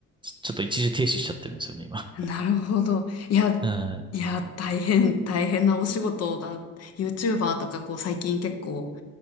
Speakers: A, on the right; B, on the left.
A: ちょっと一時停止しちゃってるんですよね、今。
B: なるほど。いや、
A: うん。
B: いや、大変、大変なお仕事だ。YouTuber とか、こう、最近結構、